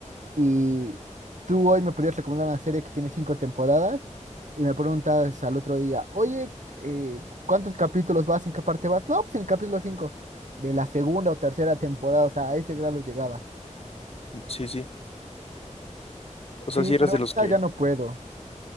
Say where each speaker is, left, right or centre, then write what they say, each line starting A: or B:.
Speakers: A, on the right; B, on the left.
A: Y tú hoy me podías recomendar una serie que tiene cinco temporadas y me preguntas al otro día, oye, eh, ¿cuántos capítulos vas? ¿En qué parte vas? No, pues en el capítulo 5 de la segunda o tercera temporada, o sea, a ese grado llegaba.
B: Mm, Sí, sí. O
A: Sí,
B: sea, si
A: pero
B: eras
A: ahorita
B: de los que
A: ya no puedo.